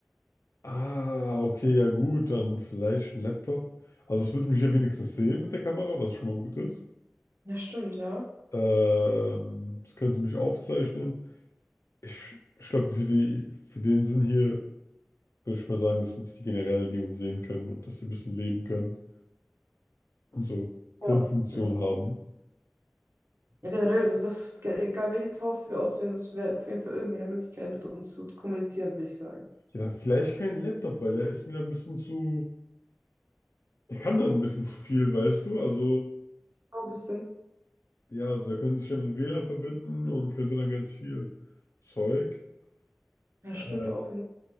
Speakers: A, on the left; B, on the right.
A: Ah, okay, ja gut, dann vielleicht ein Laptop. Also es wird mich ja wenigstens sehen mit der Kamera, was schon mal gut ist.
B: Ja, stimmt, ja.
A: Ähm, es könnte mich aufzeichnen. Ich, ich glaube, für die, für den Sinn hier würde ich mal sagen, dass uns die generell, die uns sehen können und dass sie ein bisschen leben können und so Grundfunktion
B: Ja. Ja,
A: haben.
B: Ja, generell, also das, ge- egal welches Haus wir auswählen, das wäre auf jeden Fall irgendwie eine Möglichkeit, mit uns zu kommunizieren, würde ich sagen.
A: Ja, dann vielleicht kein Laptop, weil der ist mir ein bisschen zu. Der kann dann ein bisschen zu viel, weißt du? Also,
B: Ja, ein bisschen.
A: ja, also der könnte sich ja mit dem WLAN verbinden und könnte dann ganz viel Zeug.
B: Ja,
A: Äh,
B: stimmt auch wieder.